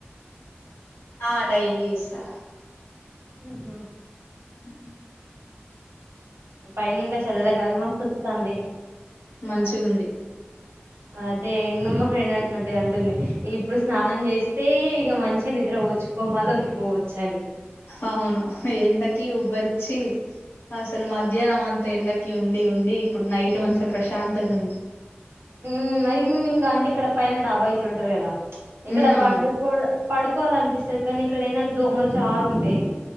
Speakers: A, on the left (about 70°); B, on the right (about 75°).
A: ఆ డైలీ చేస్తా
B: ఉహు
A: ఉహు
B: పైన ఇంకా చల్లగాలి మస్తు వస్తాంది
A: మంచిగుంది
B: అదే ఇంగా మా ఫ్రెండ్ అంటే అంటుంది ఇప్పుడు స్నానం చేస్తే ఇక మంచిగా నిద్ర పోచ్చు కోమలోకి పోవచ్చు అని
A: అవును ఎండకి ఉబ్బరిచ్చి అసలు మధ్యాహ్నం అంతా ఎండకి ఉండి ఉండి ఇప్పుడు నైట్ మంచిగా ప్రశాంతంగా ఉంది
B: మ్మ్ <unintelligible> ఇంగా అంటే ఇక్కడ పైన డాబా ఇట్లా ఉంటది కదా ఇక్కడ
A: ఉమ్ అవును
B: పండుకోవాళ్ళ పడుకోవాలని అనిపిస్తాది కానీ ఇక్కడ ఏందంటే దోమలు చాలా ఉంటాయి